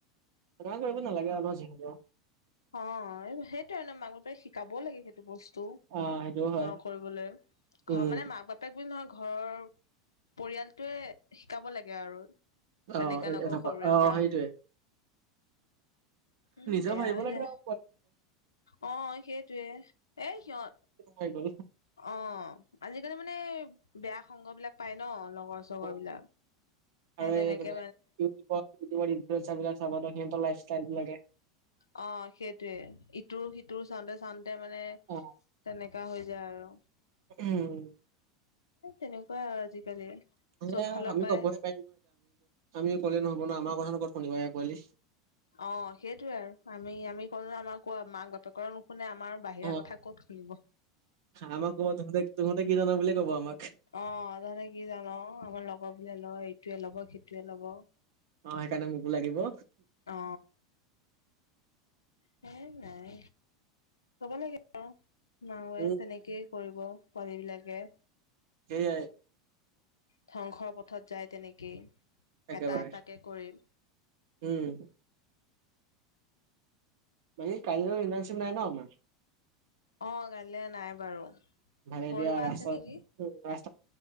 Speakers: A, on the right; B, on the left.
A: ক্ষমা কৰিব নালাগে আৰু ন যিহেতু।
B: অ এই সেইটোয়ে ন মাংল পৰা শিকাবও লাগে সেইটো বস্তু।
A: অ', সেইটোও হয়
B: অঁ, কৰিবলে
A: উম,
B: ঘৰৰ মানে মাক-বাপে বাপেক যি নহওঁক ঘৰৰ পৰিয়ালটোৱে শিকাব লাগে আৰু।
A: অ',
B: তেনেকা
A: এ
B: নকওঁ
A: এনেকুৱা
B: সৰুৰে
A: অ',
B: পৰা।
A: সেইটোৱে।
B: উম
A: নিজ
B: বেয়া
A: ভাবিব
B: হৈ
A: লাগে
B: যায়
A: আও।
B: অ সেইটোৱে এ সিহঁত
A: <unintelligible>
B: অ', আজিকালি মানে বেয়া সংগ বিলাক পায় ন, লগৰ-চগৰ
A: অ',
B: বিলাক। সেই
A: আৰু
B: তেনেকে
A: এই মানে ইউটিউব, ইউটিউবৰ ইনফ্লোয়েন্সাৰ চাবা ত সিহঁতৰ লাইফ-ষ্টাইল বিলাকে।
B: অ সেইটোয়ে ইটোৰ-সিটোৰ চাওঁতে চাওঁতে মানে
A: অ',
B: তেনেকা হৈ যায় আৰু,
A: উম,
B: তেনেকুৱাই আৰু সেই যি <unintelligible> চব
A: এ
B: ফালৰ পাই
A: <unintelligible> আমি ক'লে নহ'ব ন আমাৰ কথানো কত শুনিব সেই <unintelligible>
B: অ', সেইটোয়ে আৰু। আমি-আমি কলো যে আমাক কোৱা, মাক-বাপেকৰ নুশুনে, আমাৰ বাহিৰা
A: অ'।
B: কথা ক'ত শুনিব?
A: আমাক ক'ব তহঁতে তহঁতে কি জান বুলিয়ে ক'ব আমাক?
B: অ', তহঁতে কি জান? আমাৰ লগৰ বোৰে লয়, ইটোৱে ল'ব, সিটোৱে লব।
A: অ' সেইকাৰণে মোকো লাগিব।
B: অ সেই নাই কব লাগে, <unintelligible>
A: উম।
B: তেনেকে কৰিব পোৱালিবিলাকে।
A: সেইয়াই
B: ধ্বংসৰ পথত যায় তেনেকেই,
A: একেবাৰে
B: এটা এটাকে কৰি।
A: উম। বাকী কাইলৈ ইণ্টাৰ্নশ্বিপ নাই ন আমাৰ?
B: অ' কাইলে নাই বাৰু,
A: ভালে
B: পৰহি
A: দিয়া
B: পৰা
A: ৰাস্তা
B: আছে নেকি।
A: <unintelligible>